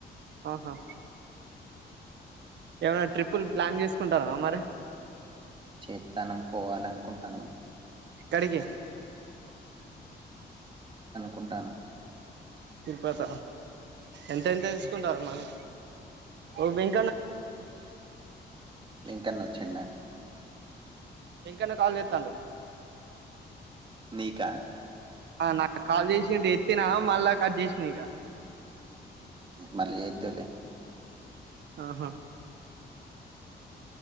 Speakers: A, on the right; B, on the right.
A: ఆహా ఏమైనా ట్రిప్పులు ప్లాన్ చేసుకుంటారా మరి
B: చేతనం పోవాలనుకుంటానమ్
A: కడికి
B: కుంటాను
A: తిరుపత ఎంత ఎంత తీసుకుంటారు మనీ ఓ ఇంకన్న
B: ఇంకెన్న వచింద
A: ఇంకన్నా కాల్ చేతండు
B: నీకా
A: నాకు కాల్ చేసి ఎత్తిన మళ్ళా కట్ చేసినా ఇక
B: మళ్ళ ఎదులే
A: ఆహా